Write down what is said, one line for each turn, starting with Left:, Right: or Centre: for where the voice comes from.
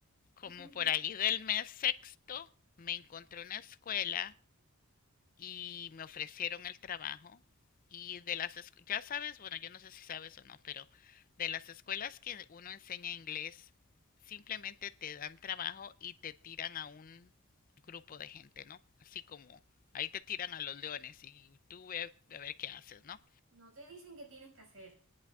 Left: como
Right: <laughs>
Left: por ahí del mes sexto me encontré una escuela y me ofrecieron el trabajo y de las escu- ya sabes, bueno, yo no sé si sabes o no, pero de las escuelas que uno enseña inglés simplemente te dan trabajo y te tiran a un grupo de gente, ¿no? Así como ahí te tiran a los leones y tú ve a ver qué haces, ¿no?
Right: No te dicen qué tienes que hacer.